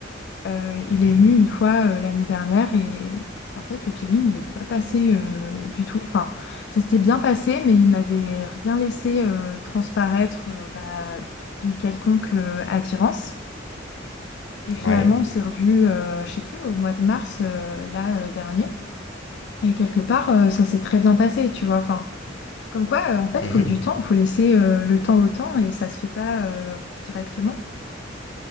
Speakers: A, on the left; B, on the left.
A: Euh, il
B: mhm,
A: est venu une fois euh, l'année dernière et en fait, le feeling, il n'était pas passé euh, du tout. Enfin, ça s'était bien passé, mais il m'avait rien laissé euh, transparaître euh, bah, d'une quelconque euh, attirance. Et finalement,
B: ouais.
A: on s'est revus, euh, je sais plus, au mois de mars euh, là euh, dernier. Et quelque part, euh, ça s'est très bien passé, tu vois. Enfin, comme quoi, euh, en fait,
B: mhm.
A: il faut du temps, il faut laisser euh, le temps au temps et ça se fait pas euh, directement.